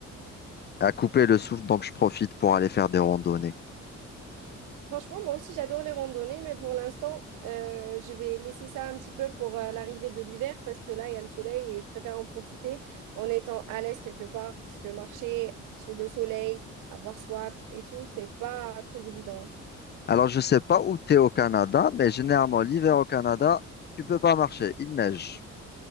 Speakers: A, on the left; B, on the right.
A: à couper le souffle, donc je profite pour aller faire des randonnées.
B: Franchement, moi aussi, j'adore les randonnées, mais pour l'instant, euh, je vais laisser ça un petit peu pour euh, l'arrivée de l'hiver parce que là, il y a le soleil et je préfère en profiter en étant à l'aise quelque part parce que marcher sous le soleil, avoir soif et tout, c'est pas très évident.
A: Alors, je ne sais pas où tu es au Canada, mais généralement, l'hiver au Canada, tu peux pas marcher, il neige.